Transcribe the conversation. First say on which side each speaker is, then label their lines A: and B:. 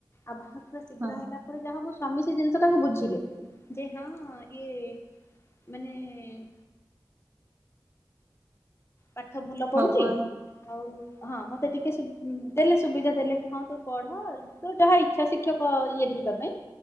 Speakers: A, on the left; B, on the right.
A: ଆଉ ବାହାଘର ଶୀଘ୍ର
B: ହଁ
A: ହେଲା ତାପରେ ଯାହା ମୋ ସ୍ଵାମୀ ସେ ଜିନିଷଟାକୁ ବୁଝିଲେ ଯେ ହଁ ଇଏ ମାନେ ହୁଁ। ପାଠ ଭଲ ପଢୁଛି
B: ହଉ ପରେ
A: ଆଉ ହଁ ମତେ ମତେ ଟିକେ ଦେଲେ ସୁବିଧା ଦେଲେ ହଁ ତୁ ପଢ ଆଉ ତୁ ଯାହା ଇଚ୍ଛା ଶିକ୍ଷକ ଇଏରେ ଯିବା ପାଇଁ